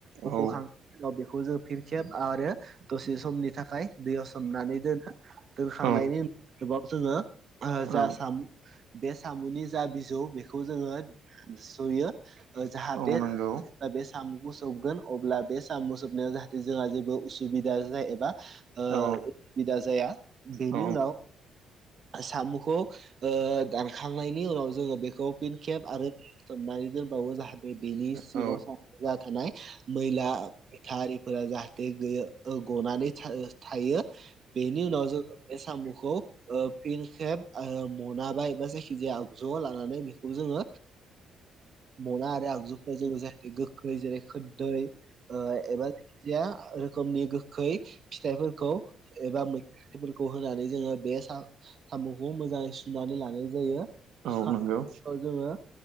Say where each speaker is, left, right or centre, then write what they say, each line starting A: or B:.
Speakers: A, on the right (about 50°); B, on the right (about 85°).
A: बख'खांनायनि
B: औ
A: उनाव बेखौ जों फिन खेब आरो दसे समनि थाखाय दैयाव सोमनानै दोनो दोनखांनायनि
B: औ
A: उन बेखौ जोङो बा जा
B: औ
A: साम बे साम'नि जा बिजौ बेखौ जोङो दानसयो। जाहाथे
B: औ नंगौ
A: बे साम'खौ सोबगोन अब्ला बे साम' सोबनायाव जाहाथे जोंहा जेबो उसुबिदा जाया एबा ओ
B: औ
A: बिदा जाया बेनि
B: औ
A: उनाव साम'खौ ओ दानखांनायनि उनाव जोङो बेखौ फिन खेब आरो सोमनानै दोनबावो जाहाथे बेनि सिङाव
B: औ
A: जा थानाय मैला मैथारि फोर जाहाथे गैया गनानै थांनो हायो। बेनि उनाव जों सामुखौ ओ फिन खेब मना बा जायखि जाया आगजुयाव लानानै बेखौ बेखौ जोङो मना आरो आगजु फोराव जाहाथे खै जेरै खोदै ओ एबा जायखिजाया रोखोमनि गोखै फिथाइफोरखौ एबा मैफोरखौ होनानै जोङो बे साम'खौ मोजाङै सुनानै लानाय जायो।
B: औ
A: सुखांनायनि
B: नंगौ
A: उनाव जोङो